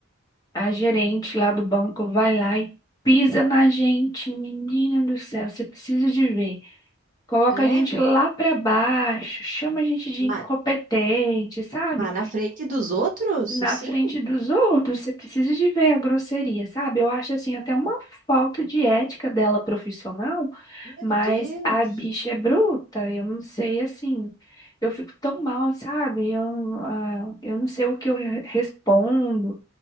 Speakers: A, on the left (about 20°); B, on the right (about 40°).
A: a gerente lá do banco vai lá e pisa na gente, menina do céu, você precisa de ver. Coloca
B: É?
A: a gente lá para baixo, chama a gente de
B: Mas,
A: incompetente, sabe?
B: mas na frente dos outros,
A: na
B: assim?
A: frente dos outros, você precisa de ver a grosseria, sabe? Eu acho assim até uma falta de ética dela profissional,
B: Meu
A: mas
B: Deus.
A: a bicha é bruta, eu não sei assim. Eu fico tão mal, sabe? Eu, ah, eu não sei o que eu re- respondo.